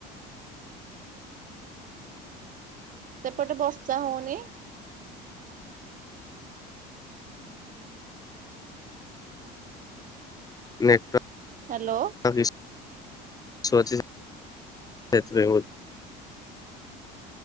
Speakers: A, on the right; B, on the left.
A: ସେପଟେ ବର୍ଷା ହଉନି?
B: ନାଇଁ ତ।
A: ହ୍ୟାଲୋ।
B: <unintelligible>